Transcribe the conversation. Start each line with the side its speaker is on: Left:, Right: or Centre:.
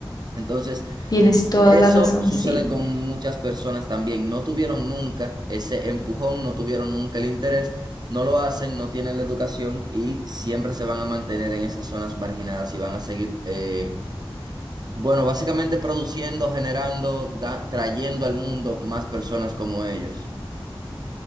Right: Entonces,
Left: tienes toda
Right: eso
Left: la razón,
Right: sucede
Left: sí.
Right: con muchas personas también. No tuvieron nunca ese empujón, no tuvieron nunca el interés, no lo hacen, no tienen la educación y siempre se van a mantener en esas zonas marginadas y van a seguir, eh, bueno, básicamente produciendo, generando, da- trayendo al mundo más personas como ellos.